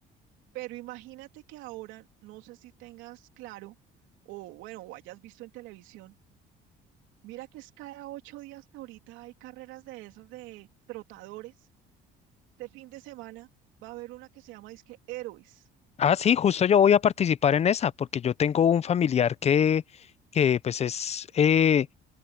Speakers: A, on the right; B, on the left.
A: pero imagínate que ahora, no sé si tengas claro, o bueno, o hayas visto en televisión, mira que es cada ocho días que ahorita hay carreras de esos de trotadores este fin de semana va a haber una que se llama Disque Héroes.
B: Ah, sí, justo yo voy a participar en esa, porque yo tengo un familiar que, que pues es, eh,